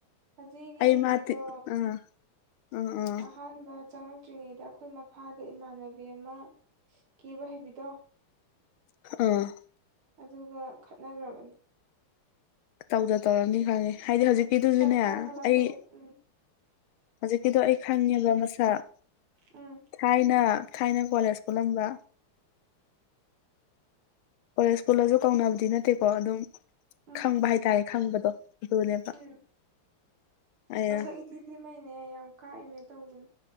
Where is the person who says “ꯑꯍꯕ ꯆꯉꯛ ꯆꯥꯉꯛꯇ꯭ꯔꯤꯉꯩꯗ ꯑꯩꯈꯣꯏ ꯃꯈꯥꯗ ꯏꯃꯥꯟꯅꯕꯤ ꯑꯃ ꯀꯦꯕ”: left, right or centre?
Right